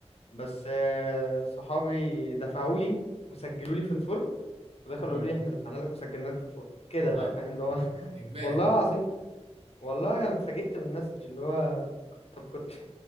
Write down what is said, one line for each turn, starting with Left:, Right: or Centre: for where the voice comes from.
Left: بس آه، صحابي دفعوا لي وسجلوا لي في الفورم
Right: <laughs>
Left: ودخلوا
Right: أمم.
Left: قالوا لي احنا دفعنا لك وسجلنا لك في الفورم كده
Right: والله
Left: بقى فاهم اللي هو <laughs>
Right: اجباري
Left: والله العظيم والله انا اتفاجئت من المسج اللي هو كنت طب كنت <laughs>